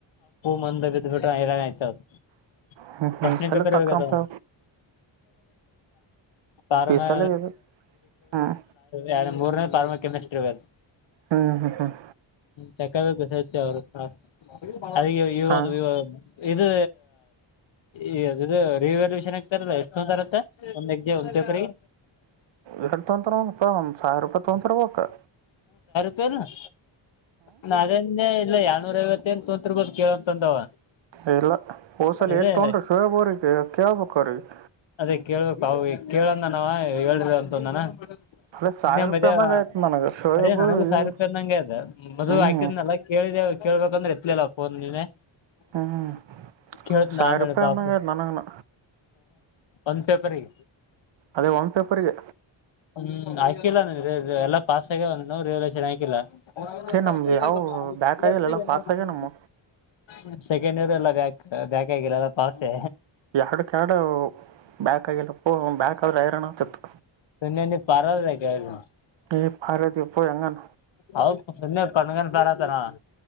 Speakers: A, on the left; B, on the right.
A: ಮುಂದ್ ಬಿದ್ದ್ ಬಿಟ್ರೆ ಐರಾಣ ಆಯ್ತದ <unintelligible>
B: ಹ್ಮ್ ಹ್ಮ್
A: ಪಾಸ್ಟಾನೇ
B: ಈ ಸಲ
A: ಪೇಪರ್
B: ತಕ್ಕಂತ
A: ಹೊಗೈತೆ ಆರು ಪಾರಸ್
B: ಈ
A: <unintelligible> ಮ <unintelligible>
B: ಸಲ ಇದು ಹ್ಮ್
A: ಯ <unintelligible> ಮೂರ್ ಪಾರ್ಮ ಕೆಮಿಸ್ಟ್ರಿ ಹ್ಮ
B: ಹ್ಮ್ ಹ್ಮ್ ಹ್ಮ್
A: ತಕ <unintelligible> ಬ <unintelligible> ಕಸ ಹ <unintelligible> ಅದ <unintelligible> ವಿವಾದ
B: ಹಾ
A: ವಿವ ಇದು ಈ ಅದದು ರಿವೆಲ್ಯೂಷನ್ ಆಗ್ತಾರಲ್ಲ ಎಷ್ಟೊಂತರತ್ತ ಒಂದ್ ಎಕ್ಸಾಮ್ ಒಂದ್ ಪೇಪರ್ಗೆ
B: ಎರಡ್ ತೊತಾರಪ್ಪ ಒಂದ್ ಸಾವಿರ ರೂಪಾಯಿ ತೊಗೊಂತಿರ್ಬೇಕು
A: ೇ <unintelligible> ನ ಅದನ್ನೇ ಇಲ್ಲ ಎಳ್ನೂರ <unintelligible> ಐವತ್ತ ನ್ ತೊತ್ <unintelligible> ಬದ ಕೇಳಂತಂದವ
B: ಎಲ್ಲ ಹೋದಸಲ್
A: ಅದೇ
B: ಎಷ್ಟುರ್ತೊಂಡ್ರಿ ಶುಯಬ್ರಗ ಕೇಳಬೇಕ್ ಅವ್ರಿಗೆ
A: ಅದೇ ಕೇಳ್ಬೇಕ ಅವ ಕೇಳಂದನಾವ ಹೇಳ್ರ ಅಂತಂದನ
B: ಅದೇ ಸಾವಿರ
A: ಇನ್ನೆ
B: ರೂಪಾಯಿ
A: ಮದ
B: ಅಂದಂಗ ಆಯ್ತು ನನಗೆ ಶೋಯಬ್
A: ಅದೇ ನನಗೂ ಸಾವಿರೂಪಿ
B: ಇವು
A: ಅಂದಂಗೆ ಅದ ಮದ್ಲ್
B: ಹ್ಮ್
A: ಹಾಕಿದನಲ್ಲ ಕೇಳಿ ಕೇಳ್ಬೇಕಂದ್ರೆ ಎತ್ಲಿಲ್ಲ ಫೋನ್ ನೀೇ
B: ಹ್ಮ್
A: <unintelligible> ಕೇಳತಿನ್
B: ಸಾವಿರ
A: ಅಮೇಲೆ
B: ರೂಪಾಯಿ
A: ಪಾಪ
B: ಅಂದಂಗ ಆಯ್ತು ನನಗನ
A: ಒಂದ್ ಪೇಪರ್ಗೆ
B: ಅದೇ ಒಂದ್ ಪೇಪರ್ಗೆ
A: ಹ್ಮ್ ಹಾಕಿಲ್ಲ ನ ಎಲ್ಲ ಪಾಸ್ ಆಗ್ಯಾವ ಒಂದ್ ರಿವ್ಯಾಲ್ವೆಶನ್ ಹಾಕಿಲ್ಲ <unintelligible>
B: ಏ ನಮ್ದು ಯಾವ ಬ್ಯಾಕ್ ಆಗಿಲ್ಲ ಎಲ್ಲ ಪಾಸ್ ಆಗ್ಯ ನಮ್ಮ
A: ಸೆಕೆಂಡ್ ಇಯಾರ್ ಲ್ಲಿ ಅಕ್ ಬ್ಯಾಕ್ ಬ್ಯಾಕ್ ಆಗಿಲ್ಲಲ್ಲ ಪಾಸೆ
B: ಎರಡು ಕೆರಡು ಬ್ಯಾಕ್ ಆಗಿಲ್ಲಪ್ಪ ಬ್ಯಾಕ್ ಆದ್ರೆ ಐರಣ ಆಗ್ತತ್ತು
A: ಸೂನ್ಯ <unintelligible> ನೀ ಪಾರ್ವ <unintelligible>
B: ಏ ಪಾರದಿಪ್ಪ ಹೆಂಗನ
A: ಹೌದು <unintelligible> ಸನ್ಯಾ ಪನ್ಗನ್ <unintelligible> <unintelligible> ಬಾರತಾನ <unintelligible>